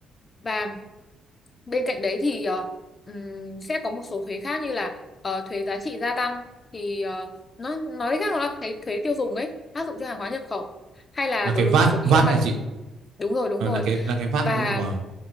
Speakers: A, on the left; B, on the right.
A: và bên cạnh đấy thì ờ, ừm, sẽ có một số thuế khác như là ờ, thuế giá trị gia tăng thì ờ, nó nói cách khác nó là cái thuế tiêu dùng ấy áp dụng cho hàng hóa nhập khẩu hay là
B: là
A: đối
B: cái vát
A: với một số những
B: vát
A: cái mặt
B: này chị
A: đúng rồi đúng
B: Ờ,
A: rồi
B: là cái là cái vát
A: và
B: đúng không? Wow.